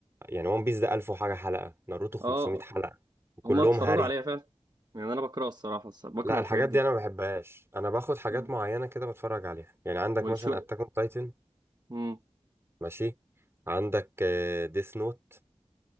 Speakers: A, on the right; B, on the right.
A: يعني وان بيس ده 1000 وحاجه حلقه ناروتو 500
B: اه
A: حلقه وكلهم
B: هما اتفرجوا
A: هري
B: عليا فعلا يعني انا بكره الصراحة الصراحة بكره
A: لا الحاجات
B: الحاجات دي
A: دي انا ما بحبهاش انا باخد حاجات
B: مم.
A: معينه كده بتفرج عليها يعني عندك
B: والشو
A: مثلا اتاك اون تايتن
B: امم
A: ماشي عندك ديث نوت